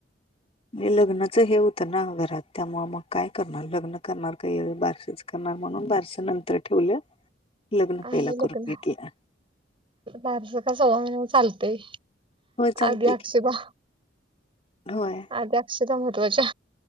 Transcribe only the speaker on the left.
हे लग्नाच हे होतं ना घरात, त्यामुळं मग काय करणार लग्नं. करणार काही बारसच करणार, म्हणून बारस नंतर ठेवलं. लग्न
पहिला करून
घेतलं
होय चालतंय
की होय